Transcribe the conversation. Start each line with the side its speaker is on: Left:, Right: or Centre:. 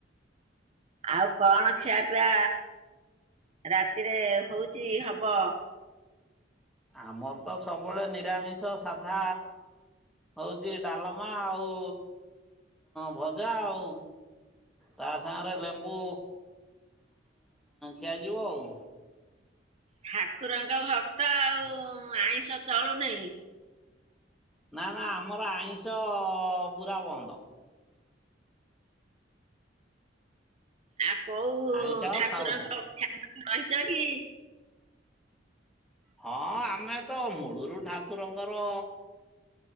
Right: ଆଉ କଣ ଖିଆ ପିଆ ରାତିରେ ହଉଚି ହବ?
Centre: ଆମର ତ ସବୁବେଳେ ନିରାମିଷ ସାଧା ହଉଛି ଡାଲମା ଆଉ ଭଜା ଆଉ ତା ସାଙ୍ଗରେ ଲେମ୍ବୁ ଖିଆଯିବ ଆଉ
Right: ଠାକୁରଙ୍କ ଭକ୍ତ ଆଉ ଆଇଁଷ ଚଳୁନେଇଁ
Centre: ନା ନା ଆମର ଆଇଁଷ ପୁରା ବନ୍ଦ।
Right: ଆଉ କୋଉ
Centre: ଆଇଁଷ ଆଉ
Right: ଠାକୁରଙ୍କ
Centre: ଖାଉନୁ।
Right: ରହିଛ କି?
Centre: ହଁ ଆମେ ତ ମୂଳୁରୁ ଠାକୁରଙ୍କର